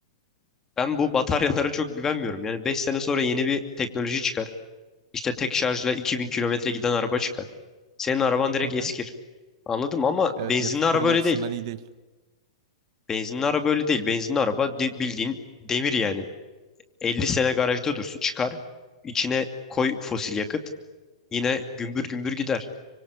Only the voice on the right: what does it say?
Hı
hı.
Evet
yatırım
açısından
iyi değil.